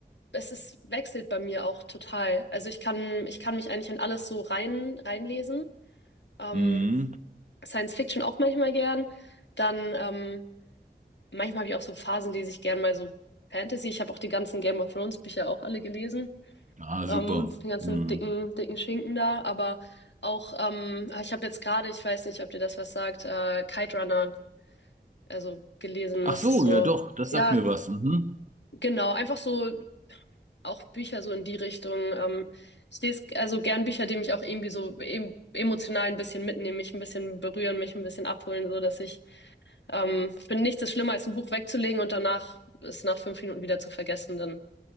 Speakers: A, on the left; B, on the right.
A: es ist, wechselt bei mir auch total. Also ich kann, ich kann mich eigentlich in alles so rein, reinlesen. Ähm,
B: Mhm.
A: Science Fiction auch manchmal gern. Dann ähm, manchmal habe ich auch so Phasen, lese ich gern mal so Fantasy. Ich habe auch die ganzen Game of Thrones Bücher auch alle gelesen.
B: Ah, super.
A: Ähm, den ganzen
B: Mhm.
A: dicken, dicken Schinken da. Aber auch, ähm, ah, ich habe jetzt gerade, ich weiß nicht, ob dir das was sagt, äh, Kite Runner, also gelesen.
B: Ach
A: Das
B: so,
A: ist so.
B: ja doch, das
A: Ja,
B: sagt mir was. Mhm.
A: Genau, einfach so auch Bücher so in die Richtung. Ähm, ich lese also gern Bücher, die mich auch irgendwie so em emotional ein bisschen mitnehmen, mich ein bisschen berühren, mich ein bisschen abholen, so dass ich, ähm, ich finde nichts ist schlimmer als ein Buch wegzulegen und danach es nach fünf Minuten wieder zu vergessen. Dann,